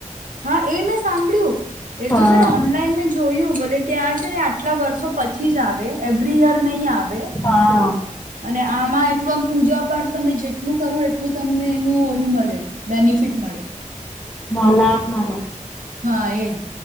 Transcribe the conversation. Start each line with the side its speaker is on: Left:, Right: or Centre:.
Right: હા એ મેં સાંભળ્યું એ
Left: હા
Right: તો છે ને ઓનલાઈન મેં જોયું બલે ત્યાં છે ને આટલા વર્ષો પછી જ આવે એવરી યર નહી આવે
Left: હા
Right: અને આમાં એટલું આમ પૂજા પાઠ તમે જેટલું કરો એટલું તમને એનું ઓલું મળે બેનિફિટ મળે
Left: હ લ આપ મારે
Right: હા એજ